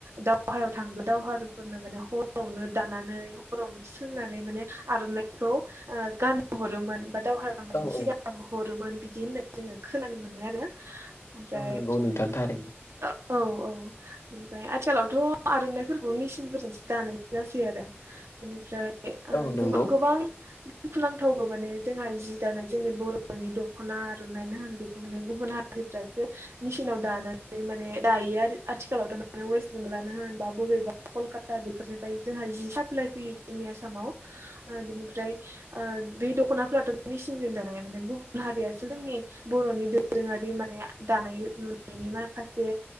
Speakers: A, on the right; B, on the left.
A: दावहायाव थां <unintelligible> दावहारुफोरनो माने हर रावनो दानानै हरावनो सोंनानै माने आर'नाइखौ ओ गान हरोमोन बा दावहा लांनायनि
B: औ
A: सिगां
B: औ
A: हरोमोन बिदि होननाय जोङो खोनानो मोनो आरो ओमफ्राय
B: औ नंगौ नोंथांनि थारैनो
A: औ औ बेनिफ्राय आथिखालावथ' आर'नाइफोरखौ मेचिनफोरजोंसो दानाय जासै आरो बेनिफ्राय ओ
B: औ नंगौ
A: जेबा-गोबां दुखुनांथावबो माने जोंहा जि दानाय जोंनि बर'नि दख'ना आर'नाइना होन बेखौ माने गुबुन हारि रिफ्रासो मिसिनाव दानानै माने दायो आर आथिखालाव थ' माने वेस्ट बेंगलनो होनबा बबे बा कलकाता बेफोरनिफ्राय जोंहा जि साप्लाइ फैयो जोंनि आसामाव ओ बिनिफ्राय ओ बे दख'नाफोराथ' मेसिनजों दानाया माने गुबुन हारियासो जोंनि बर'नि दोरोङारि मान माने दानाय लु-लुनायनि माखासे